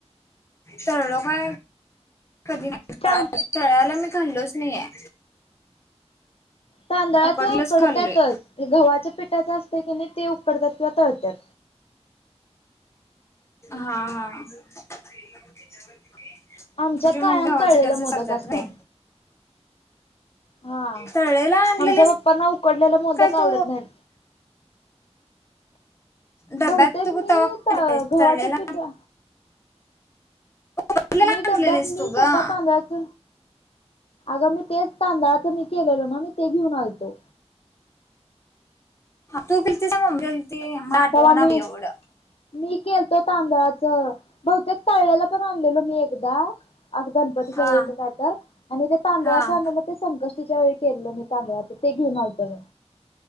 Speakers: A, on the left; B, on the left.
A: तळलो काय? कधी तळायला
B: टां
A: मी खाल्लोच नाही आहे.
B: तांदळाच
A: उकडलंच
B: उकडतातच.
A: खाल्लोय
B: गव्हाच्या पिठाच असत की नाही ते उकडतात किंवा तळत्यात.
A: हा हा तुझे
B: आमच्यात
A: मम्मी
B: कायम
A: हवाच
B: तळलेले
A: त्याच
B: मोदक
A: सरतात
B: असतात
A: नाही.
B: हा
A: तळलेल आणलेलेस
B: आमच्या पप्पांना उकडलेला मोदक
A: काय
B: आवडत
A: तू.
B: नाहीत
A: डब्यात
B: बहुतेक मी
A: होता
B: गव्हाच्या
A: तळलेला
B: पिठा
A: उकडलेला
B: मी डब्यात
A: आणलेलीस
B: मी
A: तू
B: स्वतः
A: ग
B: तांदळाच अग मी तेच तांदळाच मी केलेलो ना मी ते घेऊन अलतो.
A: तू गेलती स मम्मी गेलती हम आटवा
B: तेव्हा मी
A: ना ऐवड
B: मी केलतो तांदळाच. बहुतेक पाळल्याला पण आणलेलो मी एकदा आज गण ळी
A: हा
B: काढ आणि ते तांदळाच.
A: हा हा
B: ते संकष्टीच्या वेळी केलं मी तांदळाच, ते घेऊन आलतो मी.